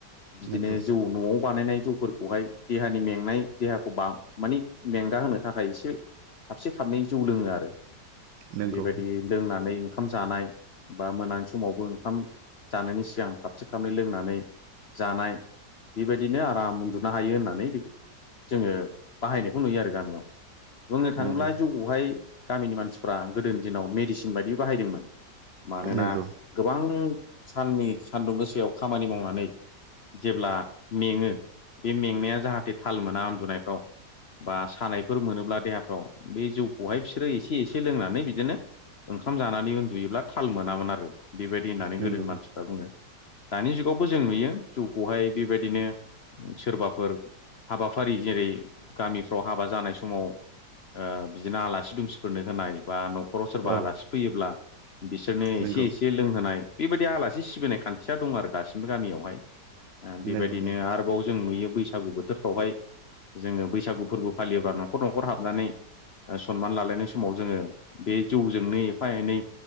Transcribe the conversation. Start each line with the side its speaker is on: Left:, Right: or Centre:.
Left: बिदिनो
Right: नंगौ
Left: जौ न'आव बानायनाय जौफोरखौहाय देहानि मेंनाय देहाखौ बा मानि मेंगा होनो थाखाय एसे खाबसे खाबनै जौ लोङो आरो।
Right: नंगौ
Left: बेबायदि लोंनानै ओंखाम जानाय बा मोनानि समावबो ओंखाम जानायनि सिगां खाबसे खाबनै लोंनानै जानाय बेबायदिनो आराम उन्दुनो हायो होननानै बेखौ जोङो बाहायनाय खौ नुयो आरो गामियाव। बुंनो थाङोब्ला
Right: नंगौ
Left: जौखौहाय गामिनि मानसिफ्रा गोदोनि दिनाव मेडिसिन बायदि बाहायदोंमोन, मानोना
Right: नंगौ
Left: गोबां साननि सानदुं गोसायाव खामानि मावनानै जेब्ला मेङो बे मेंनाया जाहाथे थाल मोना उन्दुनायफ्राव बा सानायफोर मोनोब्ला देहाफ्राव बे जौखौहाय बिसोरो एसे एसे लोंनानै बिदिनो ओंखाम जानानै उन्दुयोब्ला थाल मोनामोन आरो, बेबायदि होननानै
Right: नंगौ
Left: गोदोनि मानसिफ्रा बुङो। दानि जुगावबो जों नुयो जौखौहाय बेबायदिनो ओ सोरबाफोर हाबाफारि जेरै गामिफ्राव हाबा जानाय समाव ओ बिदिनो आलासि दुमसिफोरनो होनाय बा न' खराव सोरबा
Right: औ
Left: आलासि फैयोब्ला बिसोरनो
Right: नंगौ
Left: एसे एसे हरनाय बेबायदि आलासि सिबिनाय खान्थिया दं आरो दासिमबो गामियावहाय। ओ बेबायदिनो
Right: नंगौ नंगौ
Left: आरोबाव जों नुयो बैसागु बोथोरफ्रावहाय जोङो बैसागु फोरबो फालियोब्ला न'खर न'खर हाबनानै ओ सनमान लालायनाय समाव जोङो बे जौजोंनो एफा एनै